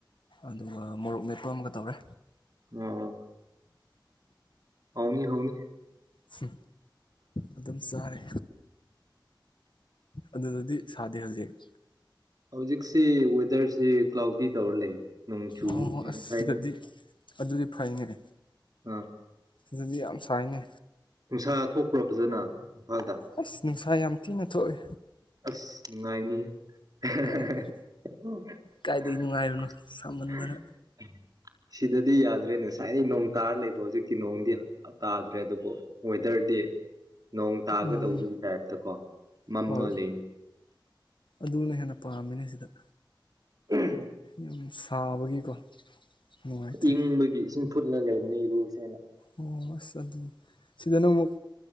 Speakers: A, on the left; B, on the right.
A: ꯑꯗꯨꯒ ꯃꯣꯔꯣꯛ ꯃꯦꯠꯄ ꯑꯝꯒ ꯇꯧꯔꯦ
B: ꯑꯣ ꯍꯥꯎꯅꯤ ꯍꯥꯎꯅꯤ
A: ꯁꯤ ꯑꯗꯨꯝ ꯆꯥꯔꯦ ꯑꯗꯨꯗꯗꯤ ꯁꯥꯗꯦ ꯍꯧꯖꯤꯛ
B: ꯍꯧꯖꯤꯛꯁꯤ ꯋꯦꯗꯔꯁꯤ ꯀ꯭ꯂꯥꯎꯗꯤ ꯇꯧꯔ ꯂꯩ ꯅꯣꯡꯆꯨ
A: ꯑꯣ ꯍꯣ
B: ꯅꯦ
A: ꯑꯁ
B: ꯍꯥꯏꯌꯦ
A: ꯁꯤꯗꯗꯤ ꯑꯗꯨꯗꯤ ꯐꯩꯅꯦ
B: ꯑꯥ
A: ꯁꯤꯗꯗꯤ ꯌꯥꯝ ꯁꯥꯏꯅꯦ
B: ꯅꯨꯡꯁꯥ ꯊꯣꯛꯄ꯭ꯔꯣ ꯐꯖꯅ ꯏꯝꯐꯥꯜꯗ
A: ꯑꯁ ꯅꯨꯡꯁꯥ ꯌꯥꯝ ꯊꯤꯅ ꯊꯣꯛꯑꯦ
B: ꯑꯁ ꯅꯨꯡꯉꯥꯏꯅꯤꯍꯦ ꯑꯍꯍꯍꯍ
A: ꯀꯥꯏ ꯀꯥꯏꯗꯒꯤ ꯅꯨꯡꯉꯥꯏꯕꯅꯣ ꯁꯥꯃꯟꯗꯅ
B: ꯁꯤꯗꯗꯤ ꯌꯥꯗ꯭ꯔꯦꯅꯦ ꯉꯁꯥꯏ ꯅꯣꯡ ꯇꯥꯔ ꯂꯩꯕ ꯍꯧꯖꯤꯛꯀꯤ ꯅꯣꯡꯗꯤ ꯇꯥꯗ꯭ꯔꯦ ꯑꯗꯨꯕꯨ ꯋꯦꯗꯔꯗꯤ ꯅꯣꯡ ꯇꯥꯒꯗꯧꯕꯒꯤ
A: ꯎꯝ
B: ꯇꯥꯏꯞꯇ ꯀꯣ ꯃꯝꯃ
A: ꯍꯣꯏ
B: ꯂꯩ
A: ꯑꯗꯨꯅ ꯍꯦꯟꯅ ꯄꯥꯝꯃꯤꯅꯦ ꯁꯤꯗ
B: ꯎꯝ
A: ꯌꯥꯝ ꯁꯥꯕꯒꯤꯀꯣ ꯅꯨꯡꯉꯥꯏꯇ꯭ꯔꯦ
B: ꯏꯪꯕꯒꯤ ꯏꯁꯤꯡ ꯐꯨꯠꯂ ꯂꯩꯕꯅꯤ ꯏꯔꯨꯁꯦꯅ
A: ꯑꯣ ꯑꯁ ꯑꯗꯨ ꯁꯤꯗꯅ ꯑꯃꯨꯛ